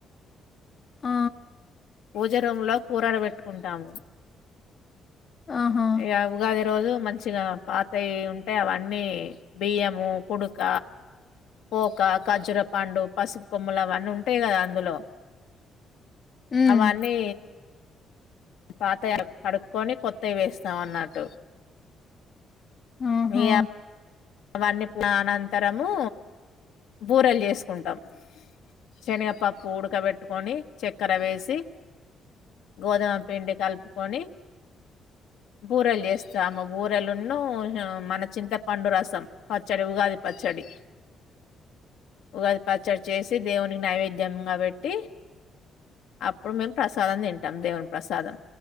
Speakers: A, on the left; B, on the left.
A: ఆ
B: పూజ రూంలో కూరడ పెట్టుకుంటాము
A: ఆహా!
B: ఇగా ఉగాది ఉగాది రోజు మంచిగా పాతయి ఉంటే అవన్నీ బియ్యము కుడుక పోక కఖ్జురపాండు పసుపు కొమ్మలు అవన్నీ ఉంటాయి కదా అందులో
A: హ్మ్.
B: అవన్నీ పాతాయి కడుక్కొని కొత్తయి వేస్తామన్నట్టు
A: ఆహా!
B: మీయా అవన్నీ అనంతరము బూరెలు చేసుకుంటాం శనగపప్పు ఉడకబెట్టుకొని చక్కెర వేసి గోధమ పిండి కలుపుకొని బూరెలు చేస్తాము బూరెలున్ను మన చింత పండు రసం సం పచ్చడి ఉగాది పచ్చడి ఉగాది పచ్చడి చేసి దేవునికి నైవేద్యంగా పెట్టి అప్పుడు మేం ప్రసాదం తింటాం దేవుని ప్రసాదం